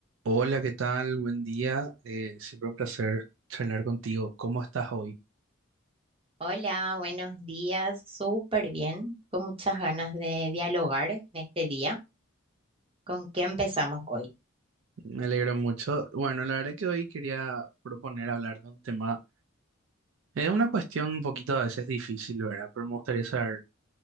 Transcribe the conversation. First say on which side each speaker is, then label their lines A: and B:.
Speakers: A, on the right; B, on the right.
A: Hola, ¿qué tal? Buen día. Eh, siempre un placer charlar contigo. ¿Cómo estás hoy?
B: Hola, buenos días. Súper bien, con muchas ganas de dialogar en este día. ¿Con qué empezamos hoy?
A: Me alegro mucho. Bueno, la verdad que hoy quería proponer hablar de un tema, es una cuestión un poquito a veces difícil, ¿verdad? Pero me gustaría saber